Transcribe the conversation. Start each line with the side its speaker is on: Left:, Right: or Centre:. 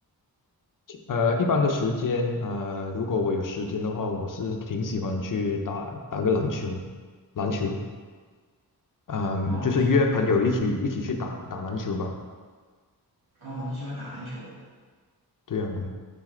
Left: 呃，一般的时间，呃，如果我有时间的话，我是挺喜欢去打打个篮球，篮球，嗯，
Right: 哦，
Left: 就是约朋友一起一起去打打篮球吧。
Right: 你喜哦你喜欢打篮球。
Left: 对呀，对呀。